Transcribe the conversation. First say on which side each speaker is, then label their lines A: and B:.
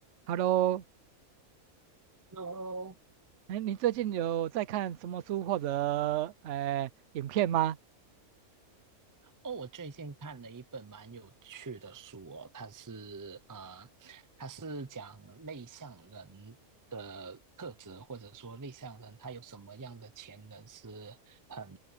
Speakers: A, on the right; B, on the right.
A: Hello，
B: h
A: 哎，你最近有在看什么书或者呃影片吗？
B: 哦，我最近看了一本蛮有趣的书哦，它是呃，它是讲内向人的特质，或者说内向人他有什么样的潜能是很